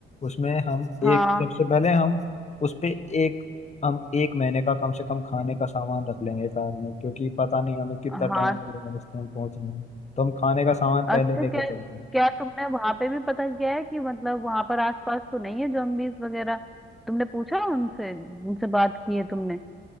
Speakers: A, on the left; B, in the centre.
A: उसमें हम
B: हाँ
A: एक सबसे पहले हम उस पे एक हम एक महीने का कम से कम खाने का सामान रख लेंगे कार में क्योंकि पता नहीं हमें कितना
B: हाँ
A: टाइम लगेगा रेस्टोरेंट पहुंचने में। तो हम खाने का सामान
B: अच्छा
A: पहले लेके
B: क्या
A: चलते हैं
B: क्या तुमने वहां पे भी पता किया है कि मतलब वहां पर आसपास तो नहीं है जॉम्बीज वगैरह तुमने पूछा उनसे उनसे बात की है तुमने